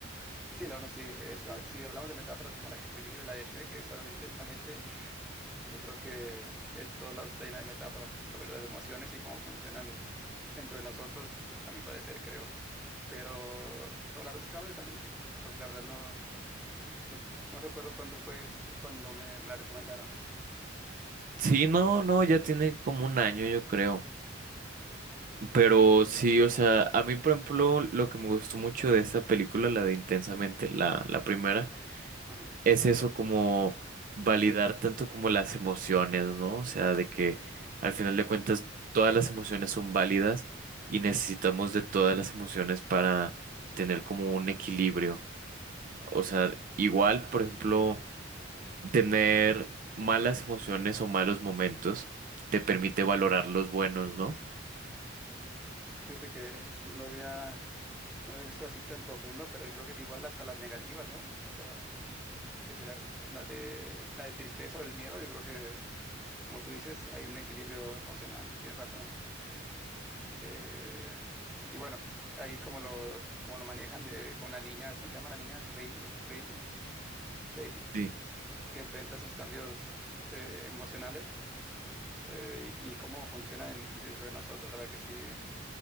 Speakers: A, in the centre; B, on the right.
A: Sí, la uno sí. Es- no, si hablamos de metáforas como la que te dije de la de Shrek, esa de Intensamente, Yo creo que en todos lados está llena de metáforas sobre las emociones y cómo funcionan dentro de nosotros, a mi parecer, creo. Pero no, la dos acaba de salir, porque la verdad no, no, no recuerdo cuándo fue cuando me, me la recomendaron.
B: Sí, no, no, ya tiene como un año, yo creo. Pero sí, o sea, a mí, por ejemplo, lo que me gustó mucho de esa película, la de Intensamente, la, la primera.
A: Ajá.
B: es eso como validar tanto como las emociones, ¿no? O sea, de que al final de cuentas todas las emociones son válidas y necesitamos de todas las emociones para tener como un equilibrio. O sea, igual, por ejemplo, tener malas emociones o malos momentos te permite valorar los buenos, ¿no?
A: Fíjate que no lo había, no lo había visto así tan profundo, pero yo creo que es igual hasta las negativas, ¿no? O sea, que sería la de, la de tristeza o el miedo. Yo creo que, como tú dices, hay un equilibrio emocional, tienes razón. Eh, Y bueno, ahí como lo, como lo manejan de, con la niña, ¿cómo se llama la niña? Rayleigh, Rayleigh, Rayleigh,
B: Sí.
A: que enfrenta sus cambios eh, emocionales eh, y, y cómo funcionan en- dentro de nosotros. La verdad que sí,